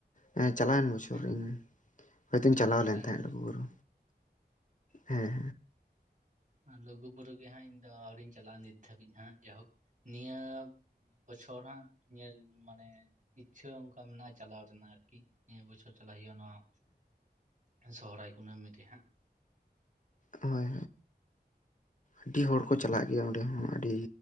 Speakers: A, on the left (about 45°); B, on the right (about 50°).
A: ᱦᱮᱸ ᱪᱟᱞᱟᱣᱮᱱ ᱵᱚᱪᱷᱚᱨ
B: ᱦᱮᱸ
A: ᱤᱧ ᱦᱭᱛᱚᱧ ᱪᱟᱞᱟᱣ
B: ᱪᱟᱞᱟᱣᱮᱱ
A: ᱞᱮᱱ ᱛᱟᱦᱮᱸᱫ
B: ᱵᱚᱪᱷᱚᱨ
A: ᱞᱩᱜᱩᱵᱩᱨᱩ ᱦᱮᱸ
B: ᱞᱩᱜᱩᱵᱩᱨᱩ ᱜᱮ ᱦᱟᱸᱜ ᱤᱧ ᱫᱚ ᱟᱹᱣᱨᱤᱧ ᱪᱟᱞᱟᱜᱼᱟ ᱱᱤᱛ ᱫᱷᱟᱹᱵᱤᱡ ᱦᱟᱸᱜ ᱡᱟᱭᱦᱳᱠ ᱱᱤᱭᱟᱹ ᱵᱚᱪᱷᱚᱨ ᱦᱟᱸᱜ ᱧᱮᱞ ᱢᱟᱱᱮ ᱤᱪᱪᱷᱟᱹ ᱚᱱᱠᱟ ᱢᱮᱱᱟᱜᱼᱟ ᱪᱟᱞᱟᱣ ᱨᱮᱱᱟᱜ ᱟᱨᱠᱤ ᱱᱤᱭᱟᱹ ᱵᱚᱪᱷᱚᱨ ᱪᱟᱞᱟᱜ ᱦᱩᱭᱩᱜᱼᱟ ᱱᱚᱸ ᱥᱚᱦᱨᱟᱭ ᱠᱩᱱᱟᱹᱢᱤ ᱨᱮ ᱦᱟᱸᱜ
A: ᱦᱳᱭ ᱟᱹᱰᱤ ᱦᱚᱲ ᱠᱚ ᱪᱟᱞᱟᱜ ᱜᱮᱭᱟ ᱚᱸᱰᱮ ᱦᱚᱸ ᱟᱹᱰᱤ